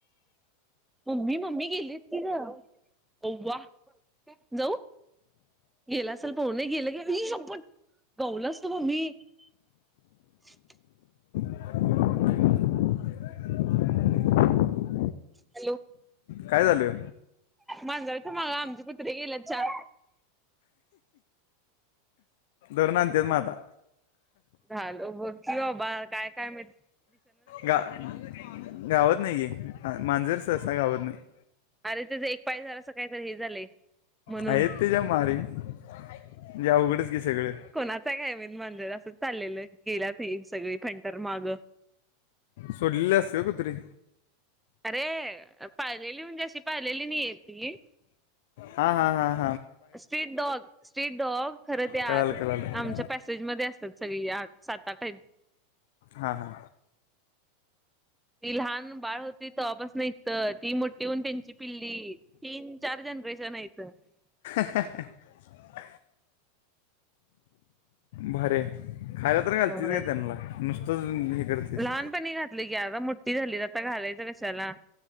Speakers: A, in the centre; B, on the left.
A: मम्मी मम्मी गेलीत की ग ववा जाऊ गेला असेल पह नाही गेलं क मी शपट गहला असतो म मी <inaudible>
B: <inaudible> <inaudible>
A: हॅलो
B: काय झालं
A: मांजवथं मागा आमचे कुत्रे गेलेत चार
B: ोरण अतेच मााता
A: झाल बोलती बा काय काय मि
B: गा गावत नाही गी मांजर सरसा गावत नाही
A: अरे त्याचा एक पाय झाला अस काहीत हे झाले म्हणून
B: आहेत त्याच्या मारीन म्हणजे अवघडच की सगळे
A: कोणाचा काय मेनमांजर अस चाललेलं गेला त सगळी फंटर माग
B: सोडले अस कुतरीे
A: अरे पाहिलेली म्हज्या अशी पाहिलेली नाहीय ती
B: हा हा हा
A: स्ट्रीट डॉग स्ट्रीट डॉग खरं ते आत
B: कळालं कळालं
A: आमच्या पॅसेजमध्येध्ये असतात सगळी आत सात आठई
B: हां हा.
A: ती लहान बाळ होती तवा पासून इथ ती मोठी होऊन त्यांची पिल्ली तीन चार जण. <unintelligible>
B: <inaudible> भारीय खायला तर घालतीस
A: होय
B: का त्यांला नुसतंच. करतीस
A: लहानपणी घातले की आता मोठठी झाली आता घालायच कशाला?